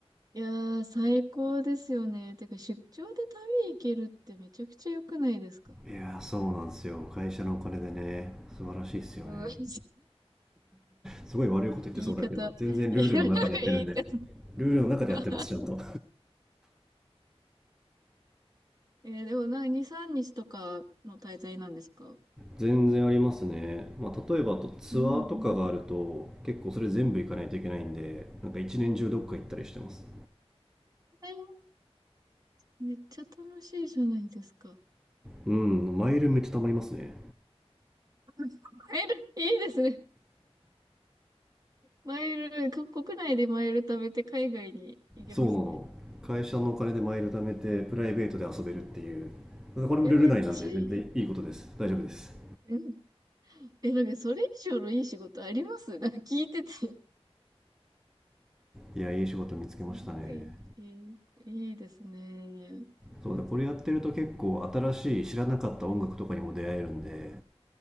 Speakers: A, on the right; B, in the centre.
A: いやー、最高ですよね。てか、出張で旅行けるってめちゃくちゃ良くないですか
B: いやーそうなんですよ会社のお金でね素晴らしいっすよね
A: うん、<laughs>
B: すごい悪いこと言ってそうだけど全然ルールの中でやってるんで
A: 言い方。<laughs> 言い方。
B: ルールの中でやってますちゃんと
A: <laughs> えーでもなにさんか2、3日とかの滞在なんですか
B: 全然ありますね、まあ、例えばあとツアーとかがあると結構それ全部行かないといけないんでなんか一年中どっか行ったりしてます
A: うんえーめっちゃ楽しいじゃないですか。
B: うんマイルめっちゃ貯まりますね
A: <laughs> マイル、いいですね。マイル、こ国内でマイル食べて海外に行けますね。
B: そうなの会社のお金でマイル貯めてプライベートで遊べるっていうこれもルール内なんで全然いいことです大丈夫です
A: え、めっちゃいい。うんえ、なんかそれ以上のいい仕事ありますなんか聞いてて
B: いやいい仕事見つけましたね
A: すごい、いい、いいですね。
B: そうだこれやってると結構新しい知らなかった音楽とかにも出会えるんで